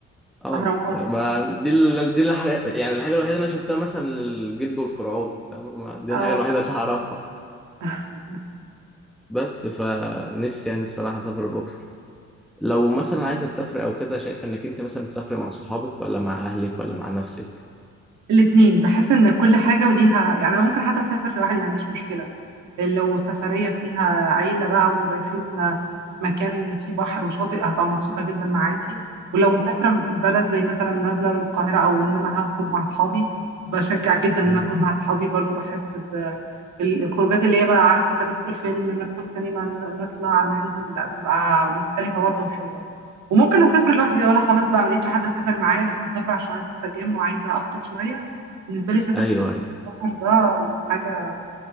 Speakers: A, in the centre; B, on the right.
A: آه
B: أهرامات
A: ما دي ال... دي الحاجة يعني الحاجة الوحيدة اللي أنا شفتها مثلا للجد والفرعون فما دي
B: اه
A: الحاجة الوحيدة اللي هعرفها
B: <laughs>
A: بس فنفسي يعني بصراحة أسافر الأقصر لو مثلا عايزة تسافر أو كده شايفة إنك أنت مثلا تسافر مع صحابك ولا مع أهلك ولا مع نفسك؟
B: الاتنين بحس ان كل حاجة وليها يعني انا ممكن حتى اسافر لوحدي ما عنديش مشكلة لو سفرية فيها عيلة بقى ورايحين مكان فيه بحر وشاطئ هبقى مبسوطة جدا مع عيلتي ولو مسافرة بلد زي مثلا نازلة القاهرة او ان انا هخرج مع اصحابي بشجع جدا ان
A: مم.
B: انا اكون مع اصحابي برضو بحس ب ال- الخروجات اللي هي بقى عارف انت ندخل فيلم ندخل سينما ن- نطلع ننزل لا بتبقى مختلفة برضو وحلوة وممكن اسافر لوحدي لو انا خلاص بقى ملقتش حد اسافر معايا بس مسافرة عشان عايزة استجم وعايزة افصل شوية بالنسبة لي فكرة
A: أيوه أيوه
B: السفر ده حاجة